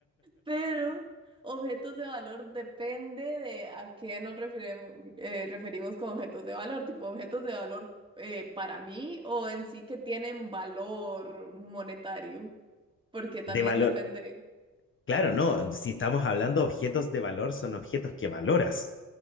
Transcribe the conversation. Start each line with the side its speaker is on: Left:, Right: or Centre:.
Right: Pero objetos de valor depende de a qué nos referimos, referimos con objetos de valor, tipo objetos de valor eh, para mí o en sí que tienen valor monetario, porque también
Left: De valor.
Right: depende.
Left: Claro, no, si estamos hablando de objetos de valor, son objetos que valoras.